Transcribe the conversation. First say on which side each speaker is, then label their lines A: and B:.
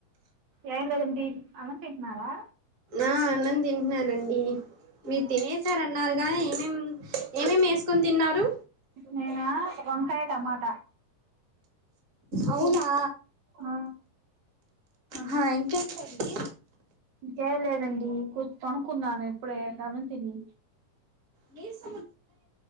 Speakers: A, on the right; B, on the right.
A: ఏ లేదండి అనంతంటన్నారా
B: ఆ అన్నం తింటున్నానండి మీరు తినేసార అన్నారు నీ ఏమేం ఏమేమి వేసుకుొని తిన్నారు
A: నేనా వంకాయ టమాటా
B: అవునా
A: ఆ
B: హా ఇంకేంటండి
A: చేయలేదండిర్ కొనుకున్నాను ఇప్పుడే సవంతిని
B: బస్